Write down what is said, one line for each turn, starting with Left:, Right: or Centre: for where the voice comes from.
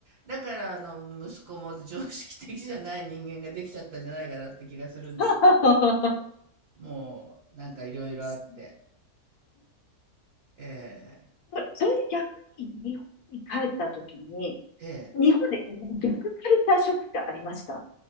Right: だから、あの、息子も常識的じゃない人間ができちゃったんじゃないかなって気がするんですけど、
Left: <laughs>
Right: もう、なんかいろいろあって。
Left: そ、
Right: ええ、
Left: それで逆に日本に帰った時に、
Right: ええ。
Left: 日本で逆カルチャーショックってありました